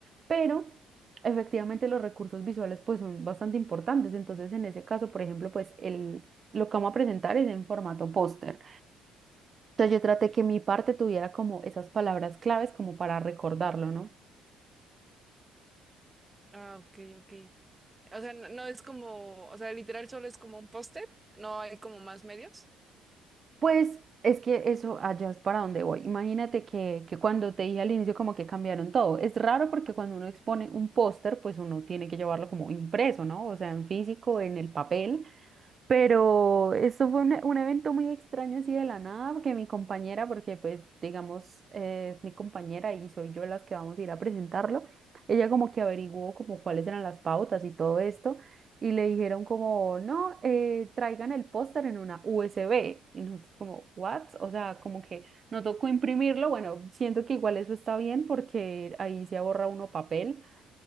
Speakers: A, on the right (about 40°); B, on the right (about 20°).
A: Pero... Efectivamente, los recursos visuales pues son bastante importantes. Entonces, en ese caso, por ejemplo, pues el, lo que vamos a presentar es en formato póster. Entonces, yo traté que mi parte tuviera como esas palabras claves como para recordarlo, ¿no?
B: Ah, ok, ok. O sea, no, no es como, o sea, literal solo es como un póster, no hay como más medios.
A: Pues es que eso allá es para donde voy. Imagínate que, que cuando te dije al inicio como que cambiaron todo. Es raro porque cuando uno expone un póster, pues uno tiene que llevarlo como impreso, ¿no? O sea, en físico, en el papel. Pero esto fue un, un evento muy extraño así de la nada, porque mi compañera, porque pues digamos, eh, es mi compañera y soy yo las que vamos a ir a presentarlo, ella como que averiguó como cuáles eran las pautas y todo esto, y le dijeron como, no, eh, traigan el póster en una USB. Y nosotros como, ¿what? O sea, como que no tocó imprimirlo, bueno, siento que igual eso está bien porque ahí se ahorra uno papel